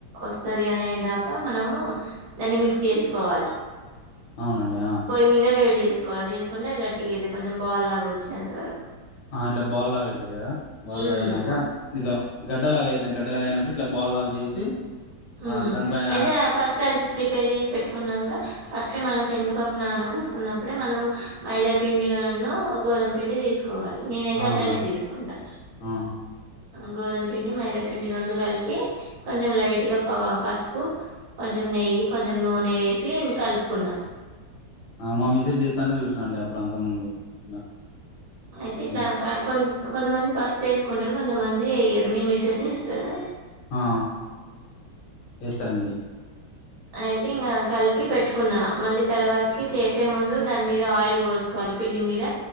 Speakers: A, on the right (about 80°); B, on the left (about 70°).
A: వస్తది అనేదా క మనము దాన్ని మిక్స్ చేసుకోవాలి
B: అవునండి ఆ
A: పొయి మీద వేడి తీసుకోవాలి చేసుకుంటే అది గట్టి అంది కొంచెం బాల్ లాగా వచ్చే అంత వరకు
B: ఆ ఇట్లా బాల్ లా అయితుారు కదా బాల్
A: ఉమ్
B: లా అయినాక ఇట్లా గడ్డలాగా అయితుంది గడ్డలాగా అయినప్పుడు ఇట్లా బాల్లాగా చేసి
A: ఉ
B: ఆ దానిపైన
A: అయితే ఫస్ట్ అది ప్రిపేర్ చేసి పెట్టుకున్నాక ఫస్ట్ మనం శనగపాప్పు నానబూసుకున్నప్పుడే మనము మైదా పిండిన్న గోుమ పిండి తీసుకు కోవాలి నేనైతే
B: ఆ
A: అట్లనే
B: అవునండి
A: తీసుకుంటా
B: ఆ
A: గోధామ పిండి మైదాపిండి రెండు కలిపి కొంచెం లైట్గా పసుపు కొంచెం నెయ్యి కొంచెం నూనె వేసి కలుపుకున్నాం
B: ఆ మా మిసెస్ చేస్తాంటే చూసినాండి అప్పుడు అంతా ముందు ఇట్లా
A: అయితే ఇట్లా
B: హ్మ్.
A: కొ కొంతమంది పసుపు వేసుకుంటారు కొంతమంది వయ్యరు మీ మిసెస్ వేస్తారా
B: ఆ వేస్తారంండి
A: అయితే ఇం కలిపి పెట్టుకున్నా మళ్ళీ తర్వాతకి చేసే ముందు దాని మీద ఆయిల్ పోసుకోవాలి పిండి మీద